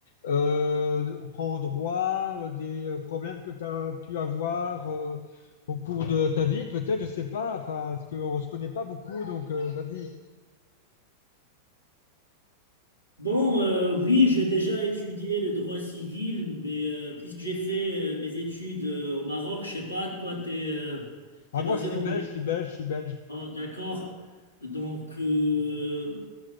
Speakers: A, on the left (about 60°); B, on the left (about 85°).
A: euh, en droit, euh, des euh, problèmes que tu as pu avoir euh, au cours de ta vie? Peut-être, je ne sais pas, enfin, parce qu'on ne se connaît pas beaucoup, donc euh, vas-y.
B: Bon, euh, oui, j'ai déjà étudié le droit civil, mais euh, puisque j'ai fait euh, mes études euh, au Maroc, je sais pas, toi, tu es,
A: Ah, moi,
B: basé
A: je suis
B: en
A: belge,
B: Belgique,
A: je suis belge, je suis belge.
B: Ah, d'accord. Donc, euh,